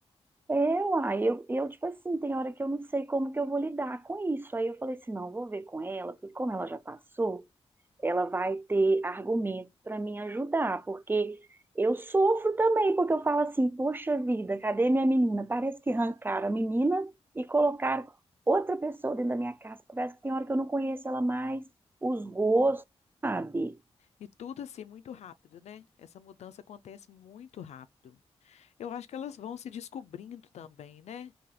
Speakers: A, on the right; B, on the left.
A: É, uai, eu, eu, tipo assim, tem hora que eu não sei como que eu vou lidar com isso. Aí eu falei assim, não, vou ver com ela, porque como ela já passou. ela vai ter argumentos para me ajudar, porque eu sofro também, porque eu falo assim, poxa vida, cadê minha menina? Parece que arrancaram a menina e colocaram outra pessoa dentro da minha casa, parece que tem hora que eu não conheço ela mais, os gostos, sabe?
B: E tudo assim, muito rápido, né? Essa mudança acontece muito rápido. Eu acho que elas vão se descobrindo também, né?